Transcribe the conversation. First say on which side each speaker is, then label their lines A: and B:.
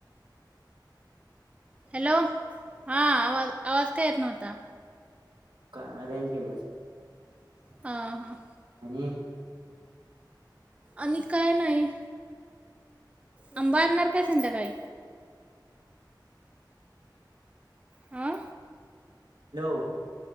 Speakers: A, on the right; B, on the right.
A: Hello हा आवाज-आवाज. येत नव्हता.
B: का रेंज गेली असेल.
A: आ, हा.
B: आणि
A: आणि काय नाही. आंबा आणणार काय संध्याकाळी. हां
B: हॅलो.